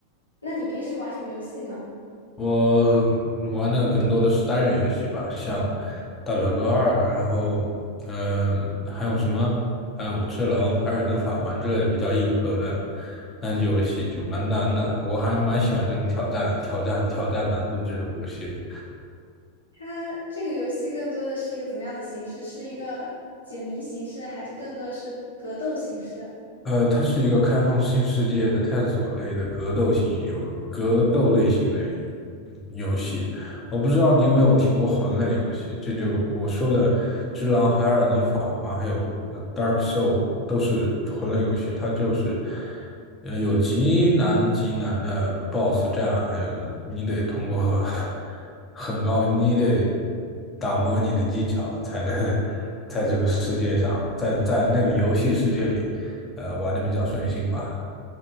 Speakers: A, on the left; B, on the left.
A: 那你平时玩什么游戏呢？
B: 我玩的更多的是单人游戏吧，像《大表哥二》，然后呃，还有什么？还有《只狼》《二尔登法环》之类的比较硬核的单机游戏，就蛮难的。我还蛮喜欢这种挑战、挑战、挑战难度这种游戏的。
A: 它这个游戏更多的是一个怎么样的形式？是一个解谜形式，还是更多的是格斗形式？
B: 呃，它是一个开放性世界的探索类的格斗型游，格斗类型的游戏。我不知道你有没有听过魂类游戏，这就我说的《只狼》和《艾尔登法环》，还有呃《Dark Soul》都是魂类游戏。它就是呃有极难极难的 BOSS 战，还有你得通过 <laughs> 很高，你得打磨你的技巧才能在这个世界上，在在那个游戏世界里。呃，玩的比较顺心吧。